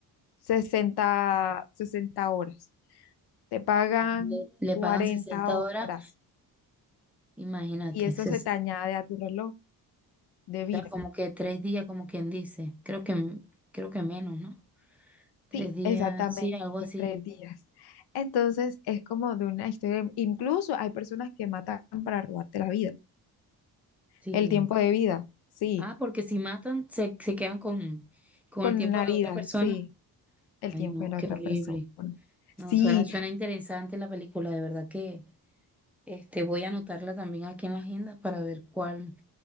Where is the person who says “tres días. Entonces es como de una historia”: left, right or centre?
Left